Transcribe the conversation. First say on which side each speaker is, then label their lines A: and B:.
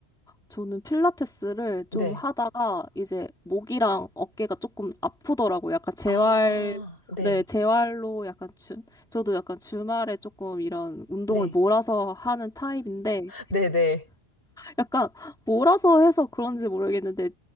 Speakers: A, in the centre; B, on the left.
A: 저는 필라테스를
B: 네.
A: 좀 하다가 이제 목이랑 어깨가 조금 아프더라고요. 약간 재활,
B: 아, 네.
A: 네, 재활로 약간 주, 저도 약간 주말에 조금 이런 운동을
B: 네.
A: 몰아서 하는 타입인데
B: 네네.
A: 약간 몰아서 해서 그런지 모르겠는데